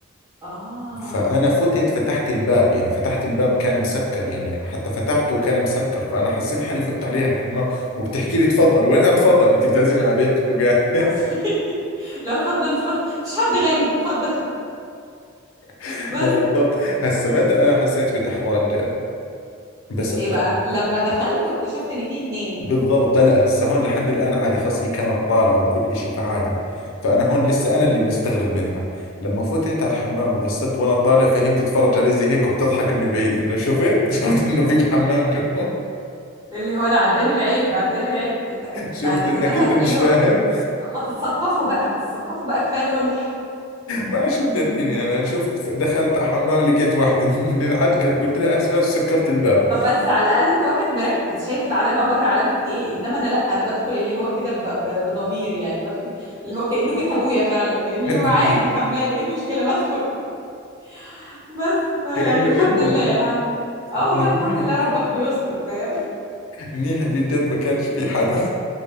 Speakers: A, on the right; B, on the left.
A: اه
B: فأنا فتت فتحت الباب يعني فتحت الباب كان مسكر يعني حتى فتحته كان مسكر فأنا حسيت حالي فت عليها الحمام وبتحكي لي تفضل وين أتفضل أنت بتعزمي على بيتك وقال
A: <laughs> لا اتفضل اتفضل مفيش حد غريب اتفضل
B: <laughs>
A: بس
B: ما هو بالضبط هسه متى أنا حسيت بالإحراج جد بس طلعت
A: ايه بقى لما دخلت واكتشفت ان في اتنين
B: بالضبط لا لا هسه هون لحد الآن عادي خلص هي كانت طالعة وكل إشي فعادي فأنا هون لسه أنا اللي مستغرب منها لما فتت على الحمام وغسلت وأنا طالع فهي بتتفرج علي زي هيك وبتضحك من بعيد إنه شفت <laughs> شفت إنه في الحمام جوا
A: اللي هو انا عداني العيب عداني العيب انت
B: <laughs> شفت
A: آه،
B: إنك
A: زمانها
B: أنت
A: هتقولي
B: مش
A: اللي
B: فاهم
A: هو ما تتثقفوا بقى ما تتثقفوا بقى كفايه فلح
B: ما شو مدريني انا شفت دخلت على حمام لقيت واحدة <laughs> من العجقة قلت لها اسف اسف سكرت الباب
A: طب بس على الاقل انت واحد مركز شايف العلامه بره علامه ايه انما انا لا انا بدخل اللي هو كده ب- ب- بضمير يعني بدخل اللي هو كانه بيت ابويا فعلا كان اللي
B: <laughs>
A: هو عادي حمام ايه المشكله ما ادخل <laughs> بس فيعني
B: كأنه
A: الحمد
B: الا
A: لله الحمد اه
B: لا،
A: والله
B: منيح
A: الحمد لله ربك بيستر فاهم
B: منيح اللي جد ما كانش في حدا